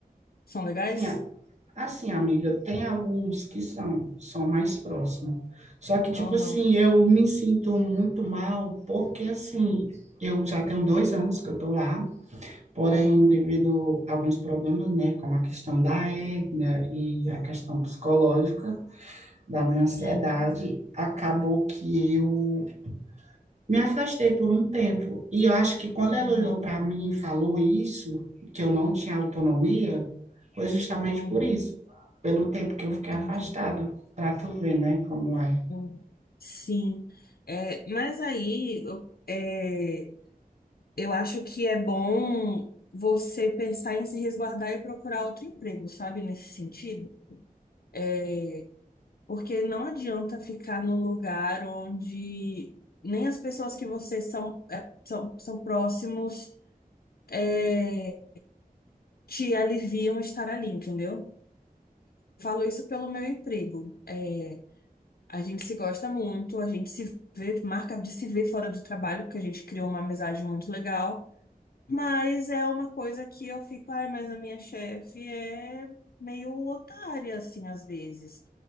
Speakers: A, on the left; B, on the right.
A: são legais?
B: Assim, a- assim, amiga, tem alguns que são, são mais próximos. Só que, tipo
A: Aham.
B: assim, eu me sinto muito mal, porque assim, eu já tenho dois anos que eu tô lá, porém,
A: Uhum,
B: devido a alguns problemas, né, como a questão da hérnia e a questão psicológica da minha ansiedade,
A: uhum,
B: acabou que eu Me afastei por um tempo. E eu acho que quando
A: uhum,
B: ela olhou para mim e falou isso, que eu não tinha autonomia, foi justamente
A: uhum,
B: por isso, pelo tempo que eu
A: entendi.
B: fiquei afastado, para tu ver, né, como é.
A: Uhum. Sim, é, mas aí eu- é, eu acho que é bom você pensar em se resguardar e procurar outro emprego, sabe, nesse sentido? É, porque não adianta ficar num lugar onde nem as pessoas que você são, é, são, são próximos é, te aliviam estar ali, entendeu? Falo isso pelo meu emprego. É, A gente se gosta muito, a gente se vê, marca de se ver fora do trabalho, porque a gente criou uma amizade muito legal. Mas é uma coisa que eu fico, ai, mas a minha chefe é meio otária, assim, às vezes.